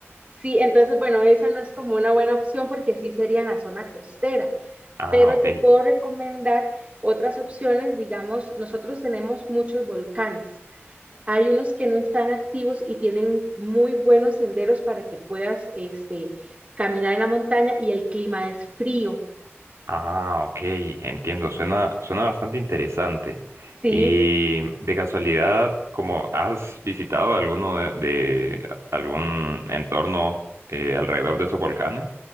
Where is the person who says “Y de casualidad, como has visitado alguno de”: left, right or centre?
Right